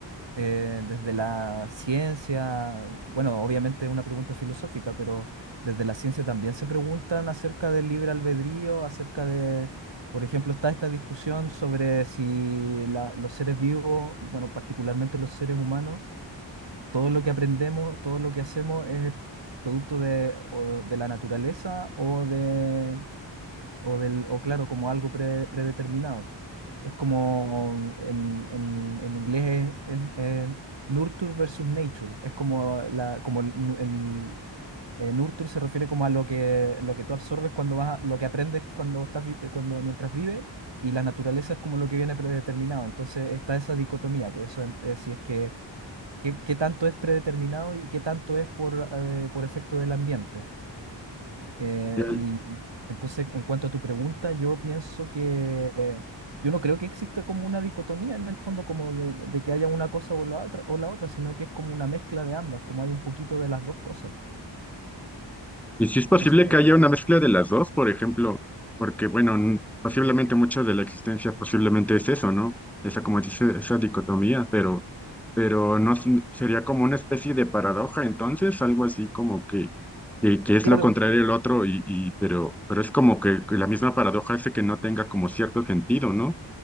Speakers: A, on the right; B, in the centre.
A: eh, desde la ciencia, bueno, obviamente es una pregunta filosófica, pero desde la ciencia también se preguntan acerca del libre albedrío, acerca de, por ejemplo, está esta discusión sobre si la- los seres vivos, bueno, particularmente los seres humanos, todo lo que aprendemos, todo lo que hacemos es producto de, o de la naturaleza o de, o del, o claro, como algo pre- predeterminado. Es como en, en, en inglés es, es- es nurture versus nature. Es como la, como el, el- eh, nurture se refiere como a lo que, lo que tú absorbes cuando vas, a- lo que aprendes cuando estás vi- eh, cuando mientras vives, y la naturaleza es como lo que viene predeterminado. Entonces está esa dicotomía, por eso en- eh, si es que qué, qué tanto es predeterminado y qué tanto es por, eh, por efecto del ambiente. Eh,
B: Ya,
A: y entonces, en cuanto a tu pregunta, yo pienso que eh, yo no creo que exista como una dicotomía en el fondo, como de, de que haya una cosa o la otra, o la otra, sino que es como una mezcla de ambas, como hay un poquito de las dos cosas,
B: Y si es posible
A: pienso yo.
B: que haya una mezcla de las dos, por ejemplo, porque bueno, n- posiblemente mucho de la existencia posiblemente es eso, ¿no? Esa, como dice, esa dicotomía, pero, pero no s- sería como una especie de paradoja, entonces, algo así como que, que, que es
A: Claro,
B: lo contrario al otro, y, y pero, pero es como que, que la misma paradoja hace que no tenga como cierto sentido, ¿no?